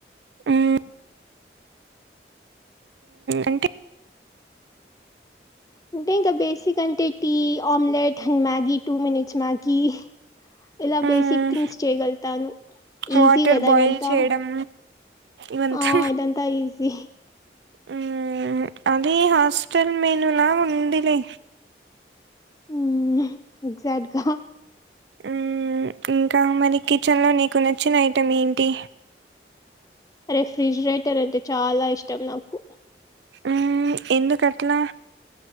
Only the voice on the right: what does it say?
ఉమ్ అంటే
మ్మ్
వాటర్
బాయిల్
చేయడం ఇవంతా
ఉం అది హాస్టల్ మెనులా ఉందిలే
ఉం ఇంకా మరి కిచెన్లో నీకు నచ్చిన ఐటెమ్ ఏంటి
ఉం ఎందుకట్లా